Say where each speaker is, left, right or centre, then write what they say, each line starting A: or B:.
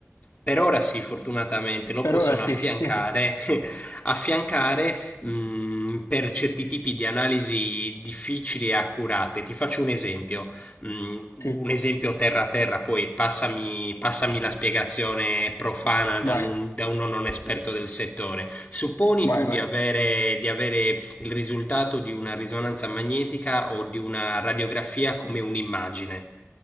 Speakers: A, on the left; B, on the left.
A: Per ora sì, fortunatamente lo
B: per
A: possono
B: ora sì.
A: affiancare,
B: <laughs>
A: <laughs> affiancare mm, per certi tipi di analisi difficili e accurate. Ti faccio un esempio, mm,
B: Sì,
A: un esempio terra a terra, poi passami, passami la spiegazione profana da,
B: vai,
A: non- da uno non esperto del settore. Supponi
B: vai,
A: tu
B: vai.
A: di avere, di avere il risultato di una risonanza magnetica o di una radiografia come un'immagine.